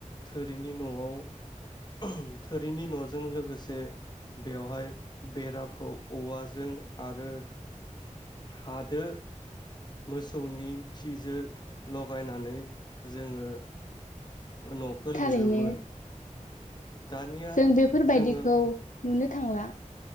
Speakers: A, on the left; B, on the left.
A: थोरिनि न'आव उह थोरिनि न'जों लोगोसे बेवहाय बेराखौ औवाजों आरो हादो मोसौनि खिजो लगायनानै जोङो न'खो
B: थारैनो
A: लिरोमोन दानिया
B: जों बेफोरबायदिखौ
A: जोङो
B: नुनो थांला